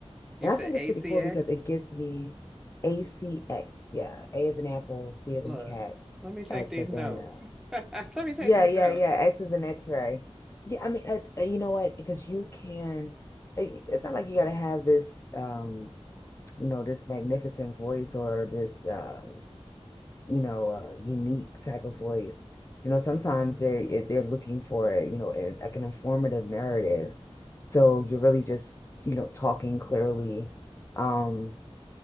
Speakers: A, in the centre; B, on the left.
A: You
B: and
A: said
B: I think
A: ACX?
B: it's pretty cool because it gives me ACX
A: He's-
B: yeah A as in apple C as
A: Look,
B: in cat
A: let me take
B: X
A: these
B: as
A: notes.
B: in uh,
A: <laughs> Let me take
B: yeah
A: these
B: yeah
A: notes.
B: yeah X as in X-ray yeah I mean uh, uh, you know what because you can it- it's not like you got to have this um you know this magnificent voice or this um you know, uh, unique type of voice. You know,
A: hmm
B: sometimes they're they're looking for, you know, an, like an informative narrative. So you're really just, you know, talking clearly. Um,